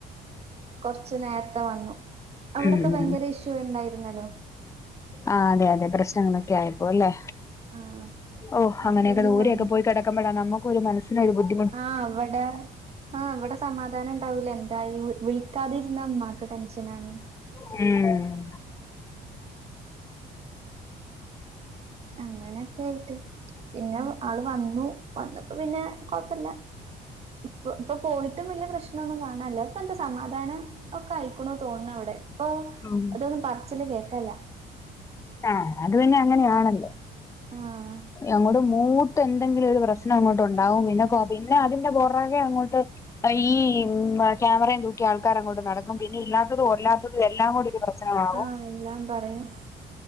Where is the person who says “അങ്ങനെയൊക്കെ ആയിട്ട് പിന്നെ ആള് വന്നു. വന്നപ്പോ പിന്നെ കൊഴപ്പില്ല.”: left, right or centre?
Right